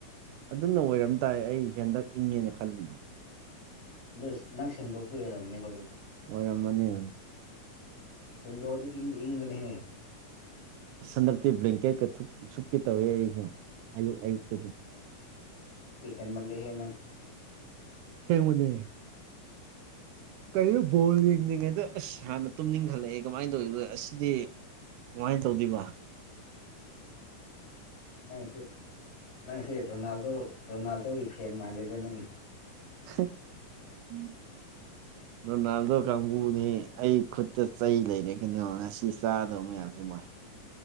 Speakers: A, on the right; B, on the left.
A: ꯑꯗꯨꯅ ꯑꯣꯏꯔꯝ ꯇꯥꯏ ꯑꯩ ꯍꯦꯟꯗꯛ ꯏꯪꯉꯦꯅ ꯈꯜꯂꯤꯅꯦ
B: <unintelligible> ꯅꯪ ꯁꯦꯡꯗꯣꯛꯄꯒꯤ ꯑꫭꯏꯔꯝꯅꯦꯕ ꯑꯗꯨꯗꯣ
A: ꯑꯣꯏꯔꯝꯃꯅꯤ
B: ꯁꯦꯡꯗꯣꯛꯑꯗꯤ ꯏꯪꯗ ꯏꯪꯕꯅꯦꯍꯦ
A: ꯑꯁ ꯍꯟꯗꯛꯇꯤ ꯕ꯭ꯂꯦꯡꯀꯦꯠꯀ ꯁꯨꯞꯀꯤ ꯇꯧꯋꯦ ꯑꯩꯩꯗꫭ ꯑꯌꯨꯛ ꯑꯌꯨꯛꯇꯗꯤ
B: <unintelligible> ꯍꯦꯟꯃꯥꯜꯂꯦ ꯍꯦ ꯅꯪꯁꯨ
A: ꯁꯦꯡꯕꯅꯦ
B: <inaudible>
A: ꯀꯩꯅꯣ ꯕꯣꯜ ꯌꯦꯡꯅꯤꯡꯉꯩꯗ ꯑꯁ ꯍꯥꯟꯅ ꯇꯨꯝꯅꯤꯡꯈꯠꯂꯛꯑꯦ ꯀꯃꯥꯏꯅ ꯇꯧꯏꯕ ꯑꯁ ꯁꯤꯗꯤ ꯀꯃꯥꯏꯅ ꯇꯧꯗꯣꯏꯕ
B: ꯅꯪꯁꯦ ꯅꯪꯁꯦ ꯔꯣꯅꯥꯜꯗꯣ ꯔꯣꯅꯥꯜꯗꯣꯒꯤ ꯐꯦꯟ ꯃꯥꯜꯂꯦꯗ ꯅꯪꯁꯦ
A: <unintelligible>
B: <inaudible>
A: ꯔꯣꯅꯥꯜꯗꯣ ꯀꯥꯡꯕꯨꯅꯤ ꯑꯩ ꯈꯨꯠꯇ ꯆꯩ ꯂꯩꯔꯦ ꯀꯩꯅꯣ ꯉꯁꯤ ꯆꯥꯗꯕ ꯃꯌꯥꯝꯁ ꯃꯣꯏ